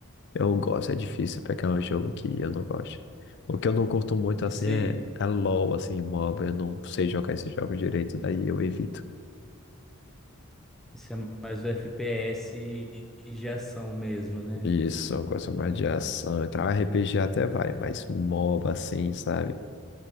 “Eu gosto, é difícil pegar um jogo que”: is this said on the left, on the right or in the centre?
Left